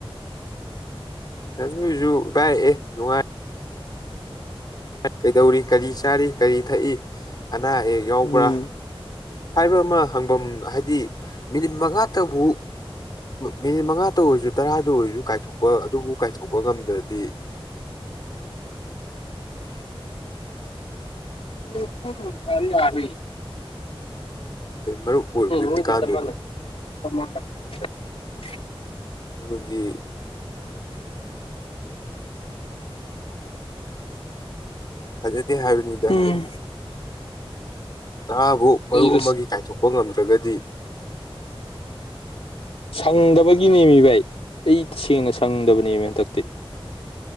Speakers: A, on the left; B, on the left.
A: ꯑꯗꯨꯏꯁꯨ ꯀꯥꯏꯔꯛꯑꯦ ꯅꯨꯡꯉꯥꯏ ꯀꯩꯗꯧꯔꯤ ꯀꯔꯤ ꯆꯥꯔꯤ ꯀꯔꯤ ꯊꯛꯏ ꯑꯅꯥ ꯑꯌꯦꯛ ꯌꯥꯎꯕ꯭ꯔꯥ
B: ꯎꯝ
A: ꯍꯥꯏꯕ ꯑꯃ ꯍꯪꯐꯝ ꯍꯥꯏꯗꯤ ꯃꯤꯅꯤꯠ ꯃꯉꯥꯇꯕꯨ ꯃꯤꯅꯤꯠ ꯃꯉꯥꯇ ꯑꯣꯏꯔꯁꯨ ꯇꯔꯥꯗ ꯑꯣꯏꯔꯁꯨ ꯀꯥꯏꯊꯣꯛꯄ ꯑꯗꯨꯕꯨ ꯀꯥꯏꯊꯣꯛꯄ ꯉꯝꯗ꯭ꯔꯗꯤ
B: ꯎ ꯐꯔꯤ ꯍꯥꯏ
A: ꯃꯔꯨꯞ ꯑꯣꯏꯨꯏ
B: ꯃꯣꯏꯗꯤ
A: ꯐꯀꯥꯟꯗꯨꯅꯣ
B: ꯆꯞ ꯃꯥꯟꯅꯩ <unintelligible>
A: ꯑꯗꯨꯗꯤ ꯐꯖꯗꯤ ꯍꯥꯏꯕꯅꯤꯗ
B: ꯎꯝ
A: ꯍꯥꯏ ꯇꯔꯥꯕꯨ ꯃꯔꯨꯞ
B: ꯑꯩꯗꯣ
A: ꯑꯃꯒꯤ ꯀꯥꯏꯊꯣꯛꯄ ꯉꯝꯗ꯭ꯔꯒꯗꯤ
B: ꯁꯪꯗꯕꯒꯤꯅꯦꯃꯤ ꯚꯥꯏ ꯑꯩ ꯇꯁꯦꯡꯅ ꯁꯪꯗꯕꯅꯦꯃꯤ ꯍꯟꯗꯛꯇꯤ